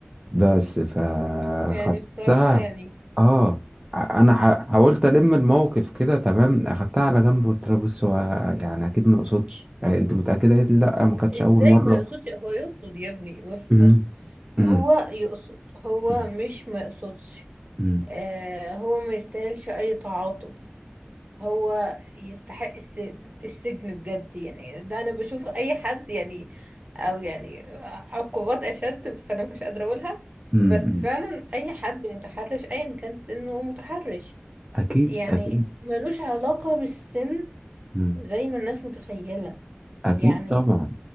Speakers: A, on the right; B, on the right.
A: بس فخدتها
B: يعني بصراحة يعني
A: اه ع- انا ح- حاولت الم الموقف كده تمام اخدتها على جنب قلت لها بص هو يعني اكيد ما اقصدش آه، انت متاكده قالت لي لا ما كانتش
B: ازاي
A: اول مره
B: ما يقصدش هو يقصد يا ابني بس
A: مم.
B: بس
A: مم.
B: هو يقصد هو
A: مم.
B: مش ما يقصدش
A: مم.
B: آه هو ما يستاهلش اي تعاطف هو يستحق السجن السجن بجد يعني ده انا بشوف اي حد يعني او يعني عقوبات اشد بس انا مش قادرة اقولها
A: مم.
B: بس
A: مم.
B: فعلا اي حد متحرش ايا كان سنه هو متحرش
A: أكيد
B: يعني
A: أكيد
B: ملوش علاقة بالسن
A: مم.
B: زي ما الناس متخيلة
A: أكيد
B: يعني
A: طبعا